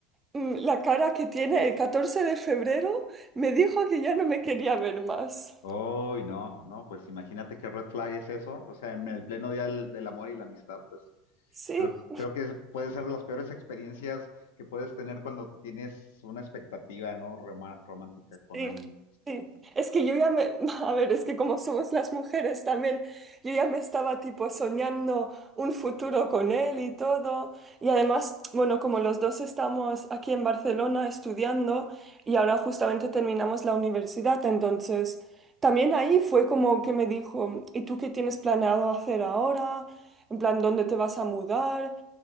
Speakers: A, on the right; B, on the left.
A: mm, la cara que tiene el 14 de febrero me dijo que ya no me quería ver más.
B: Uy, no, no, pues imagínate qué red flag es eso. O sea, en el pleno día del, del amor y la amistad, pues
A: Sí.
B: creo, creo que puede ser de las peores experiencias que puedes tener cuando tienes una expectativa, ¿no? Roma- romántica con
A: Sí,
B: alguien.
A: sí. Es que yo ya me, <laughs> a ver, es que como somos las mujeres también, yo ya me estaba tipo soñando un futuro con él y todo. Y además, bueno, como los dos estamos aquí en Barcelona estudiando y ahora justamente terminamos la universidad, entonces también ahí fue como que me dijo, ¿y tú qué tienes planeado hacer ahora? En plan, ¿dónde te vas a mudar?